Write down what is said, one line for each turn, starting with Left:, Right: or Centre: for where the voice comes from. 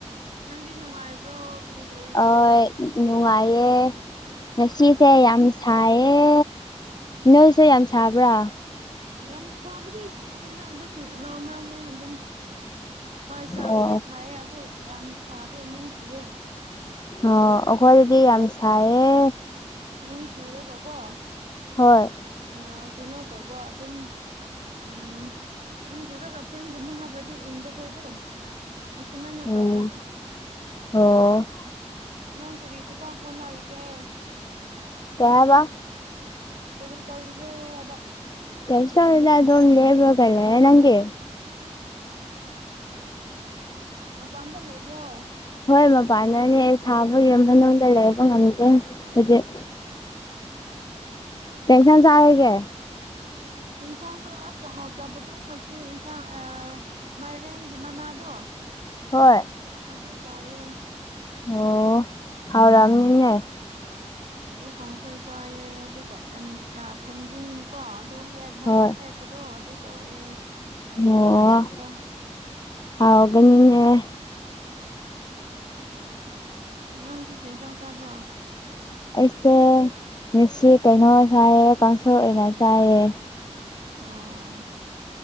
Right: ꯅꯪꯗꯤ ꯅꯨꯡꯉꯥꯏꯕ꯭ꯔꯣ ꯀꯔꯤ ꯇꯧꯔꯤꯕ꯭ꯔꯣ
Left: ꯍꯣꯏ ꯅꯨꯡꯉꯥꯏꯌꯦ ꯉꯁꯤꯁꯦ
Right: ꯑꯥ
Left: ꯌꯥꯝ ꯁꯥꯏꯌꯦ ꯅꯣꯏꯁꯦ ꯌꯥꯝ ꯁꯥꯕ꯭ꯔꯥ
Right: ꯌꯥꯝ ꯁꯥꯕꯗꯤ ꯁꯥꯗꯦꯗ ꯑꯗꯨꯝ ꯅꯣꯔꯃꯦꯜꯅꯦ ꯑꯗꯨꯝ ꯍꯣꯏ ꯁꯥꯕꯗꯤ
Left: ꯑꯣ
Right: ꯁꯥꯌꯦ ꯑꯗꯨ ꯌꯥꯝ ꯁꯥꯗꯦ ꯅꯣꯡ ꯆꯨꯋꯦ
Left: ꯑꯥ ꯑꯩꯈꯣꯏꯗꯗꯤ ꯌꯥꯝ ꯁꯥꯏꯌꯦ
Right: ꯅꯣꯡ ꯆꯨꯔꯒꯀꯣ
Left: ꯍꯣꯏ
Right: ꯑꯥ ꯀꯩꯅꯣ ꯇꯧꯕ ꯑꯗꯨꯝ ꯎꯝ ꯅꯣꯡ ꯆꯨꯔꯒ ꯐꯦꯟꯒꯨꯝꯕ ꯍꯥꯞꯔꯗꯤ ꯏꯪꯕ ꯈꯣꯏꯗꯣ ꯑꯁꯨꯝꯃꯥꯏꯅ
Left: ꯎꯝ
Right: ꯇꯧꯕ
Left: ꯑꯣ
Right: ꯅꯪ ꯀꯔꯤ ꯊꯥꯕꯛ ꯍꯣꯠꯅꯔꯤꯒꯦ
Left: ꯀꯩ ꯍꯥꯏꯕ
Right: ꯀꯔꯤ ꯇꯧꯔꯤꯒꯦꯕ ꯍꯥꯏꯕ
Left: ꯀꯩꯁ ꯇꯧꯗꯦꯗ ꯑꯗꯨꯝ ꯂꯦꯝꯃꯕꯒ ꯂꯩꯌꯦ ꯅꯪꯗꯤ
Right: <unintelligible> ꯃꯄꯥꯟꯗ ꯂꯩꯕ꯭ꯔꯣ
Left: ꯍꯣꯏ ꯃꯄꯥꯟꯗꯅꯦ ꯑꯩ ꯁꯥꯕꯒꯤ ꯌꯨꯝ ꯃꯅꯨꯡꯗ ꯂꯩꯕ ꯉꯝꯗꯦ ꯍꯨꯖꯤꯛ ꯀꯩ ꯏꯟꯖꯥꯡ ꯆꯥꯔꯒꯦ
Right: ꯌꯦꯟꯁꯥꯡꯗꯣ ꯑꯁ ꯍꯥꯎꯗꯕꯗꯣ ꯉꯁꯤ ꯏꯟꯁꯥꯡ ꯑ ꯃꯥꯏꯔꯦꯟꯒꯤ ꯃꯅꯥꯗꯣ
Left: ꯍꯣꯏ
Right: ꯑꯗꯨ ꯆꯥꯏꯌꯦ
Left: ꯑꯣ ꯍꯥꯎꯔꯝꯅꯤꯅꯦ
Right: ꯑꯗꯨ ꯀꯥꯡꯁꯣꯏ ꯆꯥꯏꯌꯦ ꯑꯗꯨꯒ ꯊꯟ ꯑ ꯊꯟꯖꯤꯡ ꯀꯣ ꯑꯗꯨ ꯃꯦꯠ ꯃꯣꯔꯣꯛ
Left: ꯍꯣꯏ
Right: ꯃꯦꯞꯄꯗꯣ ꯑꯗꯨ ꯇꯧꯋꯦ
Left: ꯑꯣ
Right: ꯅꯪꯅ ꯆꯥꯢ
Left: ꯍꯥꯎꯒꯅꯤꯅꯦ
Right: ꯅꯪꯗꯤ ꯀ꯭ꯔꯤ ꯏꯟꯖꯥꯡ ꯆꯥꯕ꯭ꯔ꯭
Left: ꯑꯩꯁꯦ ꯃꯦꯠꯁꯤ ꯀꯩꯅꯣ ꯆꯥꯏꯌꯦ ꯀꯥꯡꯁꯣꯏ ꯑꯣꯏꯅ ꯆꯥꯏꯌꯦ꯫
Right: ꯑꯣ